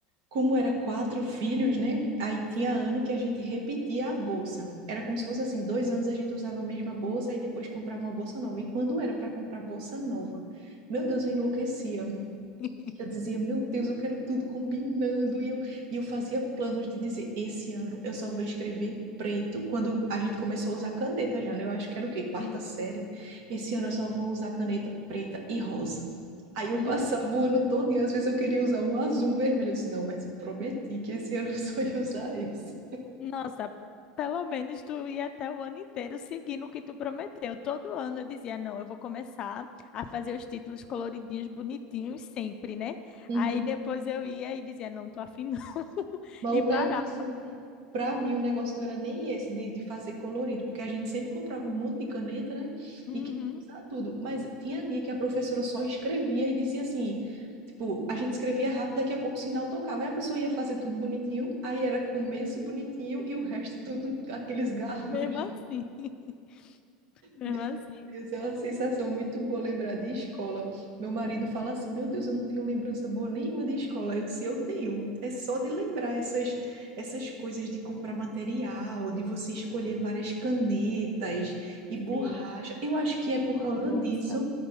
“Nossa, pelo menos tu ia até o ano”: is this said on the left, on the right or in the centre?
Left